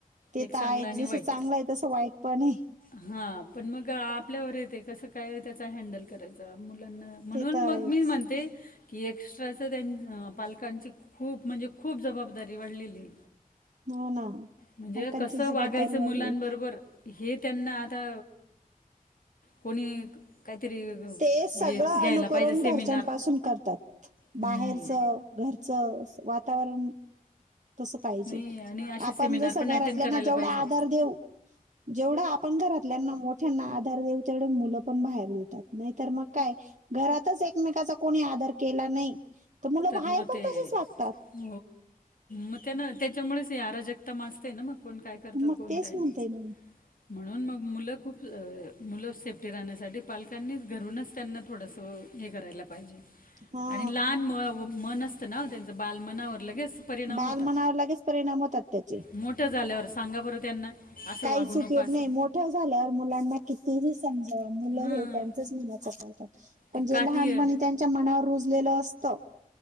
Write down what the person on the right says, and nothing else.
ते
तर आहेच
जसं
चांगलं आहे तसं वाईट पण आहे
ते तर
आहेच
ह ना
बायकांची
जबाबदारी
वाढली
ते सगळं
अनुकरण
घरच्यांपासून करतात
बाहेरच घरचं वातावरण तसं पाहिजे.
आपण
जसं
घरातल्यांना
जेवढा
आधार देऊ, जेवढा आपण घरातल्याना मोठ्यांना आधार देऊ, तेवढ मुलं पण बाहेर देतात. नाहीतर मग काय घरातच एकमेकाचा कोणी आदर केला नाही मुलं
बाहेर
पण
तसेच
वागतात
मग
तेच
म्हणते ना
हा.
बालमनावर
लगेच परिणाम होतात त्याचे.
काहीच
उपयोग
नाही, मोठं झाल्यावर मुलांना कितीही म्हणलं मुलं
हे त्यांचच मनाच करतात. पण
जे लहानपणी
त्यांच्या मनावर रुजलेलं अस त,